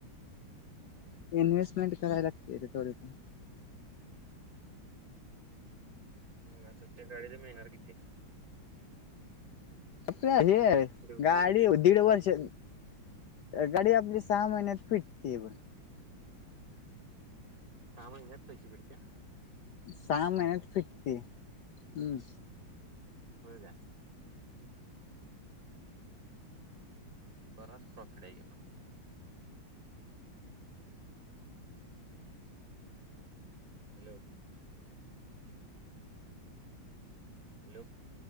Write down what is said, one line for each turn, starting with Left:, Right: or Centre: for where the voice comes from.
Left: इन्व्हेस्टमेंट कराय लागते ते थोडंतेन.
Right: म आ ते डायरी मिळणार कि ते
Left: आपल्या हे आहे
Right: दिवसाला
Left: गाडी
Right: किती इन्कम
Left: हो दीड
Right: होत
Left: वर्ष गाडी आपली सहा महिन्यात फिटते ब.
Right: म्हणजे पैशे बिडत्या
Left: साहा महिन्यात फिटती हम्म
Right: होय का? बराच प्रॉफिट आहे की मग हॅलो. हॅलो.